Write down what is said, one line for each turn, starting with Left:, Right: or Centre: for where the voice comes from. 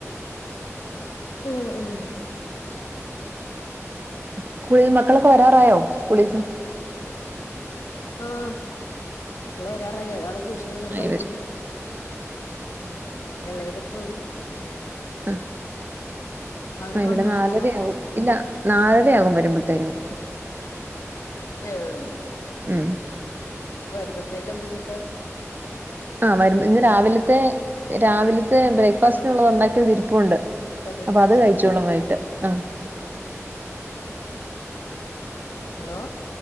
Left: ആഹ് ആഹ്
Right: സ്കൂളിൽ മക്കളൊക്കെ വരാറായോ സ്കൂളിൽന്ന്
Left: പിന്നെ ആഹ് മക്കള് വരാറായി ഒരാള് ട്യൂഷൻ കഴിഞ്ഞിട്ടെ
Right: ഇവര്
Left: വരുള്ളൂ ഉം എളേത് ഇപ്പൊ വരും ഉം
Right: ആ
Left: അവരൊക്കെ
Right: ആ ഇവിടെ
Left: വന്ന്
Right: നാലരയാകും
Left: വരാറായാ
Right: ഇല്ല നാലരയാകും വരുമ്പോഴത്തേക്കിന്
Left: ആഹ്
Right: ഉം
Left: വരുമ്പോത്തേക്കെ എന്തലൊക്കെ
Right: ആഹ് വരു ഇന്ന് രാവിലത്തെ രാവിലത്തെ ബ്രേക്ക്ഫാസ്റ്റിനുള്ളത് ഉണ്ടാക്കിയത് ഇരിപ്പുണ്ട്
Left: എന്തേലും
Right: അപ്പൊ
Left: കഴിച്ചോളൂ
Right: അത് കഴിച്ചോളും
Left: അല്ലേ
Right: വൈയിട്ട് ആഹ്
Left: ഹലോ